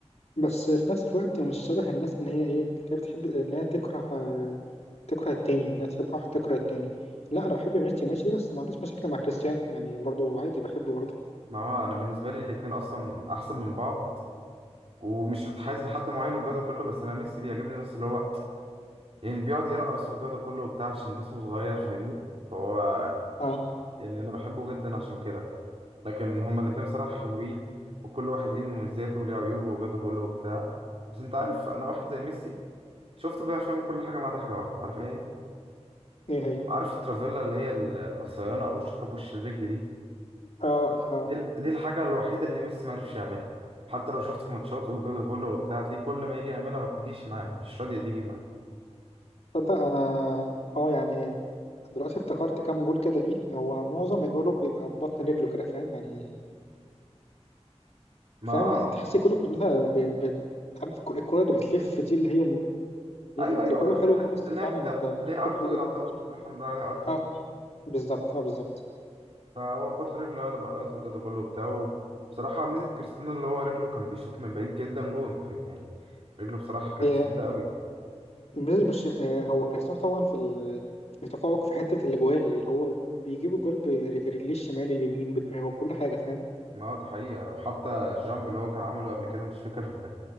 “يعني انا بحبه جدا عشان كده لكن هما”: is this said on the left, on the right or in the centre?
Right